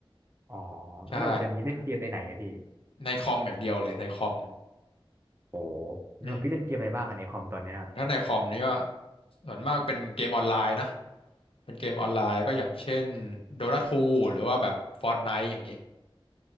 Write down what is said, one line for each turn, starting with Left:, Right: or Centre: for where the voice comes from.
Right: อ๋อ
Left: ใช่
Right: แล้วแบบเดี๋ยวนี้เล่นเกมในไหนอะพี่
Left: ในคอมอย่างเดียวเลยในคอม
Right: โอ้แล้วพี่เล่นเกมอะไรบ้างอะในคอมตอนเนี้ย
Left: อืมถ้าในคอมนี่ก็ส่วนมากเป็นเกมออนไลน์นะเป็นเกมออนไลน์ก็อย่างเช่น Dota ทูหรือว่าแบบ Fortnite อย่างนี้